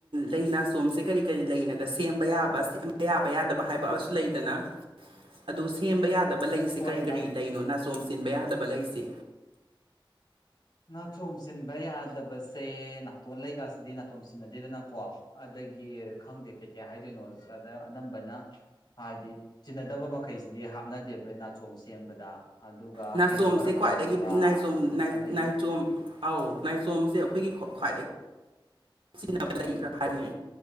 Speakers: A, on the right; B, on the left.
A: ꯂꯩ ꯅꯥꯁꯣꯝꯁꯦ ꯀꯔꯤ ꯀꯔꯤ ꯂꯩꯅꯒ ꯁꯦꯝꯕ ꯌꯥꯕ ꯑꯁꯦ ꯌꯥꯕ ꯌꯥꯗꯕ ꯍꯥꯏꯕ ꯑꯃꯁꯨ ꯂꯩꯗꯅ ꯑꯗꯨ ꯁꯦꯝꯕ ꯌꯥꯗꯕ ꯂꯩ ꯁꯤ
B: ꯍꯣꯏ
A: ꯀꯔꯤ ꯀꯔꯤ ꯂꯩꯅꯣ ꯅꯥꯆꯣꯝ ꯆꯤꯟꯕ ꯌꯥꯗꯕ ꯂꯩꯁꯦ
B: ꯅꯥꯆꯣꯝ ꯆꯤꯟꯕ ꯌꯥꯗꯕꯁꯦ ꯅꯥꯇꯣꯟ ꯂꯩꯒꯁꯤꯗꯤ ꯅꯥꯆꯣꯝ ꯆꯤꯟꯅꯗꯦꯗꯅꯀꯣ ꯑꯗꯒꯤ ꯈꯪꯗꯦ ꯀꯩꯀꯩ ꯍꯥꯏꯗꯣꯏꯅꯣ ꯈꯪꯗꯦ ꯑꯅꯝꯕꯅ ꯍꯥꯏꯗꯤ ꯆꯤꯟꯅꯗꯕ ꯃꯈꯩꯁꯤꯗꯤ ꯍꯥꯞꯅꯗꯦꯕꯥ ꯅꯥꯆꯣꯝ ꯁꯦꯝꯕꯗ ꯑꯗꯨꯒ
A: ꯅꯥꯆꯣꯝꯁꯦ
B: ꯍꯥꯏꯗꯤ ꯕꯔꯞꯂꯩꯒꯨꯝꯕ
A: ꯈ꯭ꯋꯥꯏꯗꯒꯤ ꯅꯥꯏꯆꯣꯝ ꯅꯥꯏ-
B: ꯑꯗꯒꯤ
A: ꯅꯥꯏꯆꯣꯝ ꯑꯧ ꯅꯥꯏꯆꯣꯝꯁꯦ ꯑꯩꯈꯣꯏꯒꯤ ꯈ꯭ꯋꯥꯏꯗꯒꯤ ꯁꯤꯖꯤꯟꯅꯕ ꯂꯩ ꯈꯔꯥ ꯍꯥꯏꯌꯨꯅꯦ